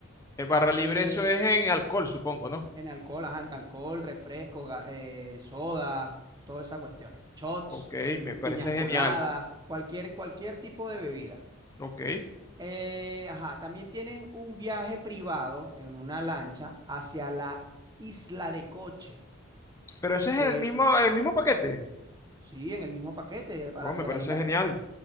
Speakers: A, on the left; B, on the right.
A: Eh, barra libre,
B: Eh,
A: eso es en alcohol, supongo, ¿no?
B: En alcohol, ajá, en alcohol, refrescos, ga- eh, sodas, todas esas cuestiones. Shots,
A: Ok,
B: bu-
A: me parece
B: piñas coladas,
A: genial.
B: cualquier, cualquier tipo de bebida.
A: Ok,
B: Eh, ajá, también tienes un viaje privado en una lancha hacia la isla de Coche,
A: pero ese es
B: que
A: el mismo, el mismo paquete.
B: sí, en el mismo paquete, para
A: Oh,
B: hacia
A: me parece
B: la isla.
A: genial.
B: eh,